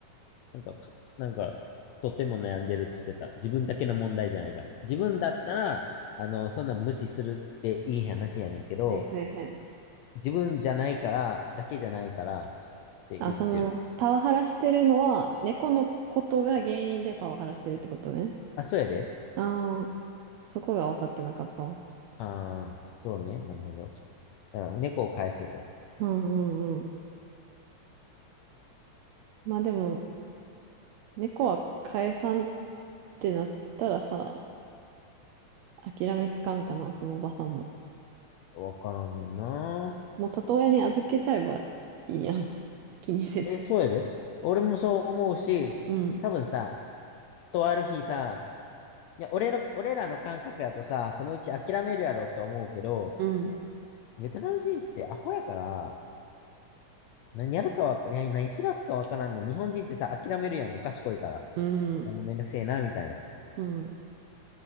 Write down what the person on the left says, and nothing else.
なんかか、なんか、とても悩んでるって言ってた。自分だけの問題じゃないから。自分だったら、あの、そんな無視するっていい話やねんけど、
自分じゃないから、だけじゃないからって言ってる。
あ、そうやで。
ああ、そうね。なるほど。だから猫を返せと。
わからんねんな。
え、そうやで。俺もそう思うし、
多分さ、とある日さ、いや、俺の、俺らの感覚やとさ、そのうち諦めるやろって思うけど、
ベトナム人ってアホやから、何やるかわか、何何知らすかわからんねん。日本人ってさ、諦めるやん、もう賢いから。
あもうめんどくせえな、みたいな。